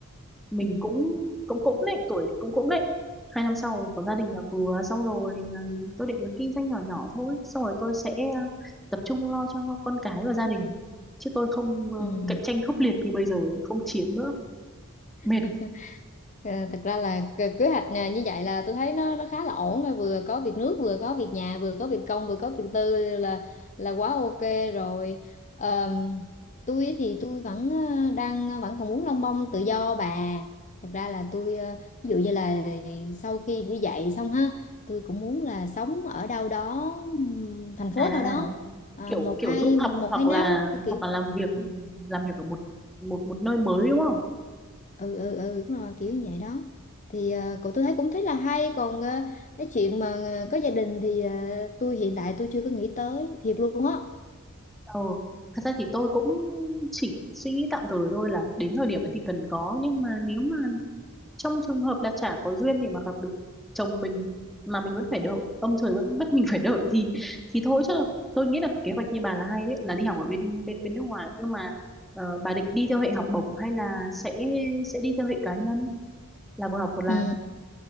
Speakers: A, in the centre; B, on the left.
A: mình
B: ừ
A: cũng cũng cũng đấy tuổi thì cũng cũng đấy hai năm sau có gia đình là vừa xong rồi ừ, tôi định là kinh doanh nhỏ nhỏ thôi xong rồi tôi sẽ ờ, tập trung lo cho con cái và gia đình chứ tôi không ờ,
B: ừ
A: cạnh tranh khốc liệt như bây giờ không chiến nữa mệt
B: <laughs> À, thật ra là kế kế hoạch nè, như vậy là tôi thấy nó nó khá là ổn rồi vừa có việc nước vừa có việc nhà vừa có việc công vừa có việc tư là là quá ok rồi Ờm, tôi thì tôi vẫn ờ, đang ờ, vẫn còn muốn lông bông tự do bà thật ra là tôi ờ, ví dụ như là sau khi đi dạy xong ha tôi cũng muốn là sống ở đâu đó ừm, thành phố
A: à
B: nào đó à,
A: kiểu
B: một
A: kiểu
B: hai
A: du
B: một
A: học hoặc
B: hai năm
A: là
B: cái kiểu
A: hoặc là làm việc
B: Ừ.
A: làm việc ở một một một nơi mới đúng không
B: ừ ừ ừ đúng rồi kiểu như vậy đó thì ờ, cậu tôi thấy cũng thấy là hay còn ờ, cái chuyện mà ờ, có gia đình thì ờ, tôi hiện tại tôi chưa có nghĩ tới thiệt luôn á
A: ờ thật ra thì tôi cũng chỉ suy nghĩ tạm thời thôi là đến thời điểm ấy thì cần có nhưng mà nếu mà trong trường hợp là chả có duyên để mà gặp được chồng mình mà mình vẫn phải đợi ông trời vẫn bắt mình <laughs> phải đợi thì thì thôi chứ tôi nghĩ là kế hoạch như bà là hay đấy là đi học ở bên bên bên nước ngoài nhưng mà ờ, bà định đi theo hệ học bổng hay là sẽ sẽ đi theo hệ cá nhân là vừa học vừa làm
B: ừ,